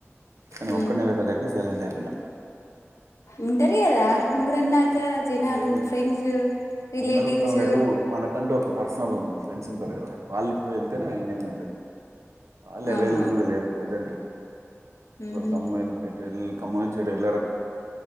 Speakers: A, on the right; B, on the left.
A: కానీ
B: హ్మ్
A: ఒక్కడనే వేళ్లలేక సైలెంట్ అయిన
B: ఉంటరు గదా ఊరన్నాక్ కా జనాలు
A: లేదు
B: ఫ్రెండ్స్ రిలేటివ్స్
A: అందరు ఉంటాం వేరు మనకంటే ఒక పర్సనల్ ఫ్రెండ్స్ ఉంటారు కదా వాళ్ళతో వెళ్తేనే ఎంజాయ్మెంట్ వాళ్ళ
B: అవును.
A: అవైలబుల్గా లేరు ప్రెసెంట్
B: హుహు.
A: ఒక కమ్మాయిల్ ఇప్పుడు ఎటల్ కమ్మన్ సైడెల్లారా